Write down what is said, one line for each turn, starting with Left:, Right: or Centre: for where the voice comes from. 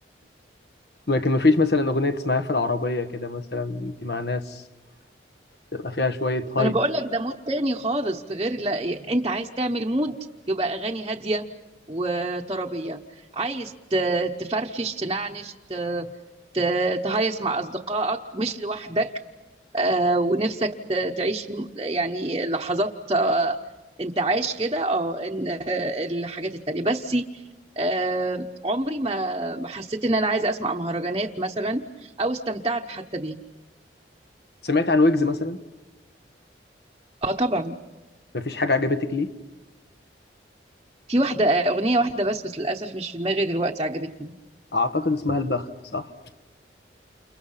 Left: لكن مفيش مثلا أغنية تسمعها في العربية كده مثلا أنت مع ناس تبقى فيها شوية هايب
Right: ما انا بقول لك ده مود تاني خالص غير لا انت عايز تعمل مود يبقى اغاني هاديه وطربيه عايز ت- تفرفش تنعنش ت- ت- تهيص مع اصدقائك مش لوحدك آه، ونفسك ت- تعيش م- يعني لحظات آه، انتعاش كده اه ان آه، الحاجات التانيه بس آه، عمري ما ما حسيت ان انا عايزه اسمع مهرجانات مثلا او استمتعت حتى بيها
Left: سمعت عن ويجز مثلا
Right: اه طبعا
Left: مفيش حاجة عجبتك ليه
Right: في واحدة أغنية واحدة بس بس للأسف مش في دماغي دلوقتي عجبتني
Left: أعتقد اسمها البخت صح